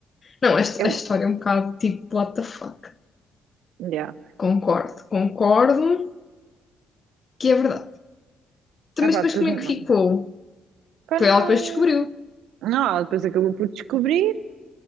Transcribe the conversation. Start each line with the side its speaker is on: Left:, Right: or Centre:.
Left: Não, esta-
Right: é,
Left: a história é um bocado tipo, what the fuck.
Right: yeah.
Left: Concordo, concordo que é verdade. Então,
Right: Ah
Left: Mas
Right: pá,
Left: depois
Right: depois
Left: como
Right: não.
Left: é que ficou?
Right: Pá, não.
Left: Foi ela que depois descobriu.
Right: Não, ela depois acabou por descobrir